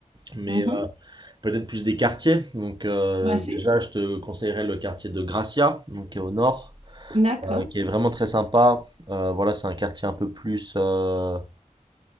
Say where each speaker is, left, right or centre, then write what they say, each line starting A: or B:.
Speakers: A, on the right (about 35°); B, on the right (about 50°).
A: mais
B: Mhm.
A: euh, peut-être plus des quartiers. Donc euh,
B: Ouais, si.
A: déjà, je te conseillerais le quartier de Gracia, donc qui est au nord,
B: D'accord.
A: euh, qui est vraiment très sympa. Euh, voilà, c'est un quartier un peu plus euh,